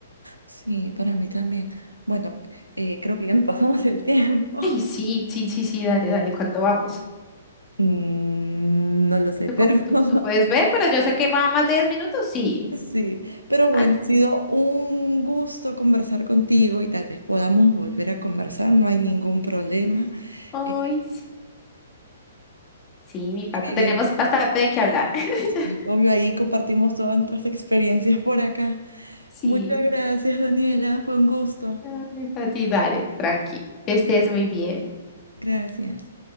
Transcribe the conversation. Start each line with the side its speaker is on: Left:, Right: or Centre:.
Right: Sí, para mí también. Bueno, eh, creo que ya nos <laughs> pasamos el tiempo.
Left: Ay, sí, sí, sí, sí, dale, dale, ¿cuánto vamos?
Right: Mm, no lo sé,
Left: ¿Tú,
Right: pero
Left: co- tú,
Right: <laughs>
Left: tú puedes ver, pero yo sé que va más de diez minutos, sí.
Right: sí. Pero bueno,
Left: Ah, t-
Right: ha sido un gusto conversar contigo y tal vez podamos volver a conversar, no hay ningún problema.
Left: Ay,
Right: Eh,
Left: sí, sí, mi pato,
Right: eh,
Left: tenemos bastante de qué hablar. <laughs>
Right: sí, obvio, ahí compartimos todas nuestras experiencias por acá.
Left: Sí.
Right: Muchas gracias, Daniela, fue un gusto.
Left: Ay, Pati, dale, tranqui, que estés muy bien.
Right: Gracias.